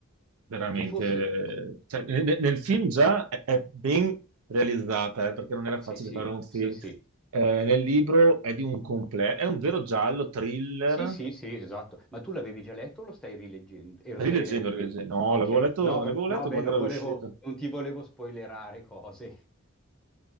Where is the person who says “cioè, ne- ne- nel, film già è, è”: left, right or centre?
Right